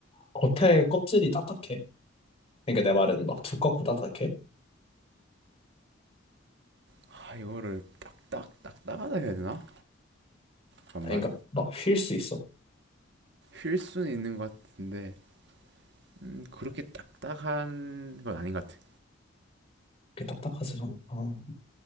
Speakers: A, on the left; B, on the right.
A: 겉에 껍질이 딱딱해. 그러니까 내 말은 막 두껍고 딱딱해.
B: 아 이거를 딱딱딱딱하다 해야 되나? 잠깐만
A: 아니, 그러니까 막 휠 수 있어.
B: 휠 수는 있는 것 같은데 음, 그렇게 딱딱한 건 아닌 것 같아.
A: 그게 딱딱하지 않다.